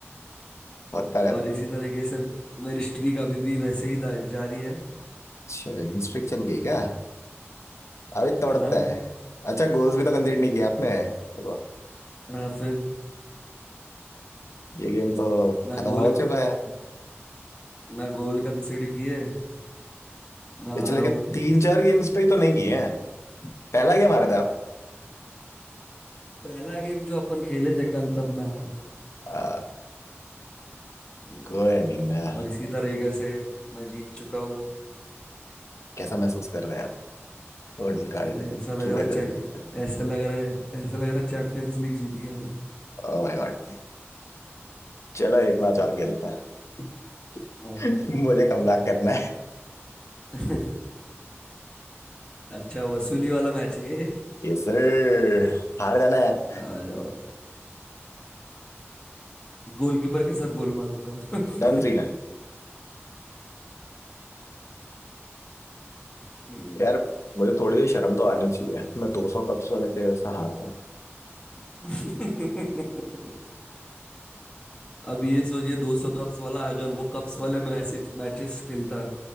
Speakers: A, on the left; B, on the left.
A: होता रहता
B: और इसी तरीके से मेरी स्ट्रीक अभी भी वैसे ही दा- जारी है
A: अच्छा स्ट्रिक चल रही है क्या अभी तोड़ते
B: हाँ
A: हैं अच्छा गोल्स भी तो कंसीडर नहीं किया आपने तो
B: हाँ, फिर
A: ये गेम तो
B: ना
A: खत्म
B: गोल
A: हो चुका है
B: ना गोल कंसिड किए ना
A: पिछले
B: हारा
A: के
B: हूँ
A: तीन चार गेम्स पे ही तो नहीं किए हैं पहला गेम आ रहा था आप।
B: पहला गेम जो अपन खेले थे कल तब मैं हारा था
A: आ,
B: हम्म,
A: कोई नहीं मैं
B: और इसी तरीके से मैं जीत चुका हूँ
A: कैसा महसूस कर रहे हैं आप गोल्डन कार्ड
B: अरे ऐसा लग
A: की
B: रहा
A: वजह
B: है चे-
A: से जीते हैं
B: ऐसा लग रहा है ऐसा लग रहा है चैंपियंस लीग जीत गया मैं
A: Oh my God चलो एक मैच और खेलते हैं
B: आ
A: <laughs>
B: जा आ जा
A: मुझे कमबैक करना है
B: <laughs> अच्छा वसूली वाला मैच है ये
A: ये सर हार जाना यार
B: आ जाओ गोलकीपर के साथ गोल मारूंगा अब। <laughs>
A: डन सीन है
B: हम्म।
A: यार मुझे थोड़ी सी शर्म तो आनी चाहिए मैं दो सौ कप्स वाले के जैसा हार रहा हूँ
B: <laughs> अब ये सोचिए 200 कप्स वाला अगर वो कप्स वाले में ऐसे मैचेस खेलता